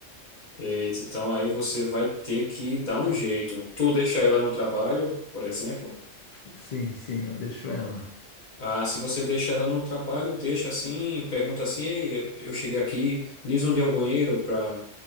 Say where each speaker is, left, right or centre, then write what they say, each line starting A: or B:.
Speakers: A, on the left (about 40°); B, on the left (about 85°).
A: Eita, Então aí você vai ter que dar um jeito. Tu deixa ela no trabalho, por exemplo.
B: <laughs> Sim, sim, eu deixo ela.
A: Ah, se você deixa ela no trabalho, deixa assim, pergunta assim, Ei, eu cheguei aqui, diz onde é o banheiro para